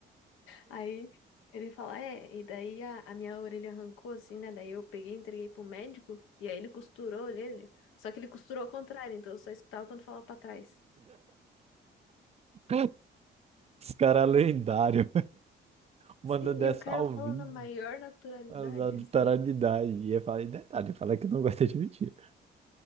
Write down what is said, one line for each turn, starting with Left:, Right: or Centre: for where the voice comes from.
Left: Aí ele fala, é, e daí a, a minha orelha arrancou assim, né? Daí eu peguei, e entreguei pro médico, e aí ele costurou a orelha. Só que ele costurou ao contrário, então eu só escutava quando falava pra trás.
Right: <laughs> Os caras lendários, mandando
Left: Sim, e
Right: essa
Left: o cara
Right: ao
Left: fala
Right: vivo.
Left: na maior naturalidade,
Right: Azar
Left: assim.
Right: tarado de idade. E ia falar, e detalhe, falar que não gosta de mentir.